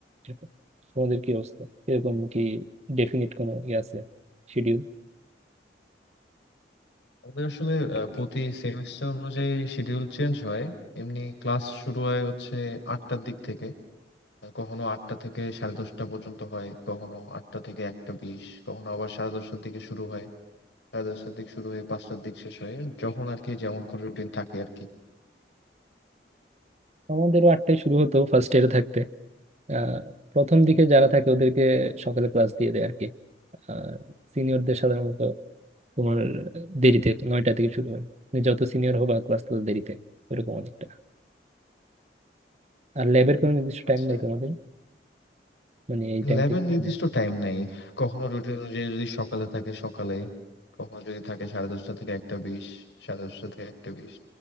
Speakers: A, on the right; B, on the left.
A: এরকম। তোমাদের কি অবস্থা এরকম কি ডেফিনিট কোনো ইয়ে আছে শিডিউল
B: আমাদের আসলে আহ, প্রতি সেমিস্টার অনুযায়ী শিডিউল চেঞ্জ হয় এমনি ক্লাস শুরু হয় হচ্ছে আটটার দিক থেকে আর কখনো আটটা থেকে সাড়ে দশটা পর্যন্ত হয় কখনো আটটা থেকে একটা বিশ কখনো আবার সাড়ে দশটার দিকে শুরু হয় সাড়ে দশটার দিক শুরু হয়ে পাঁচটার দিক শেষ হয় যখন আর কি যেমন করে রুটিন থাকে আর কি
A: আমাদেরও আটটায় শুরু হতো ফার্স্ট ইয়ারে থাকতে আহ, প্রথম দিকে যারা থাকে ওদেরকে সকালে ক্লাস দিয়ে দেয় আর কি আর সিনিয়রদের সাধারণত তোমার দেরিতে নয়টা থেকে শুরু হয় তুমি যত সিনিয়র হবা ক্লাস তত দেরিতে এরকম অনেকটা আর ল্যাবের কোনো নির্দিষ্ট টাইম
B: আচ্ছা
A: নেই তোমাদের মানে এই টাইম
B: ল্যাবের
A: থেকে
B: নির্দিষ্ট
A: সামনে আসবে।
B: টাইম নাই কখনো রুটিন অনুযায়ী যদি সকালে থাকে সকালে কখনো যদি থাকে সাড়ে দশটা থেকে একটা বিশ সাড়ে দশটা থেকে একটা বিশ